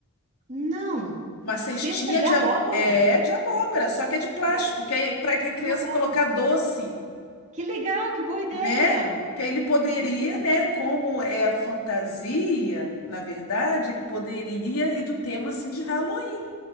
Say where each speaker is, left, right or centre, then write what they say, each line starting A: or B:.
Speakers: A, on the right; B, on the left.
A: não.
B: Uma cestinha
A: Cesta de
B: de,
A: abóbora?
B: ab- é, de abóbora, só que é de plástico,
A: Mas,
B: que é para a criança
A: ah, tá.
B: colocar doce,
A: Que legal, que boa ideia.
B: né? Que aí ele poderia,
A: Uhum.
B: né? Como é a fantasia, na verdade, ele poderia ir do tema assim de Halloween,